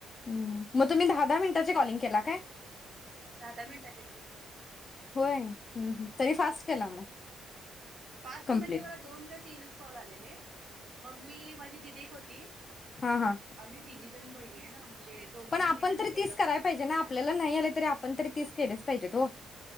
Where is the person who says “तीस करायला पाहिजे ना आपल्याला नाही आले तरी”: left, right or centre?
Left